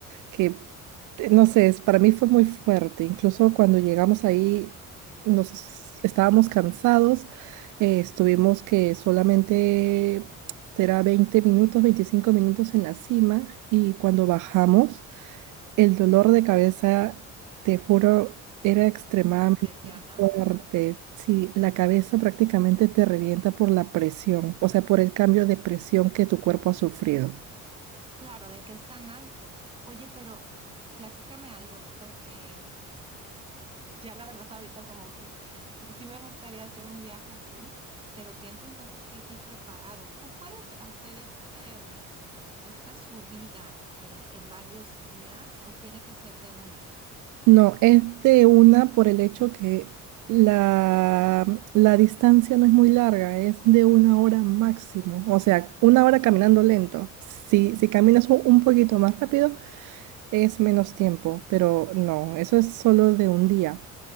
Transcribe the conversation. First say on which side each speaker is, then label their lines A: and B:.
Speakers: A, on the right (about 70°); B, on the right (about 15°).
A: que, eh, no sé, es- para mí fue muy fuerte. Incluso cuando llegamos ahí, nos es- estábamos cansados, eh, estuvimos que solamente será 20 minutos, 25 minutos en la cima y cuando bajamos, el dolor de cabeza, te juro, era extremadamente
B: Impresionante.
A: fuerte. Sí, la cabeza prácticamente te revienta por la presión, o sea, por el cambio de presión que tu cuerpo ha sufrido.
B: Claro, de que es tan alto. Oye, pero platícame algo, porque Ya la verdad ahorita como que sí me gustaría hacer un viaje así, pero pienso entonces que hay que ir preparado. Tú puedes hacer este, mm, esta subida eh, en varios días o tiene que ser de una.
A: No, es de una por el hecho que la, la distancia no es muy larga, es de una hora máximo. O sea, una hora caminando lento. Si, si caminas un un poquito más rápido, es menos tiempo, pero no, eso es solo de un día.